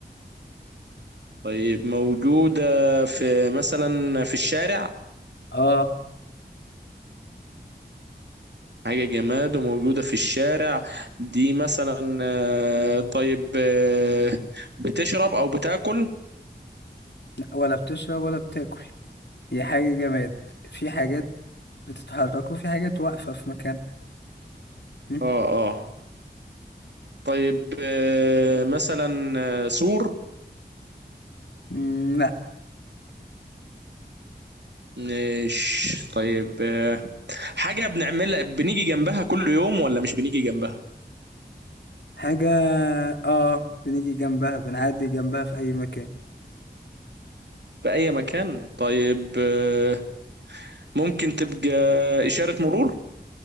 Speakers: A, on the right (about 85°); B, on the left (about 80°).
A: طيب موجودة في مثلا في الشارع
B: اه
A: حاجة جماد وموجودة في الشارع دي مثلا آه، طيب آه، بتشرب أو بتاكل
B: لا. ولا بتشرب ولا بتاكل هي حاجة جماد في حاجات بتتحرك وفي حاجات واقفة في مكان مم.
A: اه اه طيب آه، مثلا آه، سور
B: مم،
A: مش طيب آه، حاجة بنعملها بنيجي جنبها كل يوم ولا مش بنيجي جنبها
B: حاجة اه بنيجي جنبها بنعدي جنبها في أي مكان
A: في أي مكان طيب آه، ممكن تبقى إشارة مرور